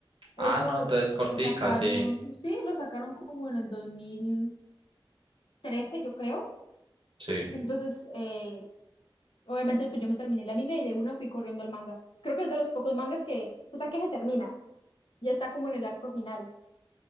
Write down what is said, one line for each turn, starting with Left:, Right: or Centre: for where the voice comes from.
Right: Ah,
Left: Eso
Right: no, entonces
Left: lo
Right: cortica,
Left: sacaron,
Right: sí,
Left: sí, lo sacaron como en el dos mil trece yo creo.
Right: sí.
Left: Entonces, eh, obviamente pues yo me terminé el anime y de una fui corriendo al manga. Creo que es de los pocos mangas que hasta que se termina, ya está como en el arco final,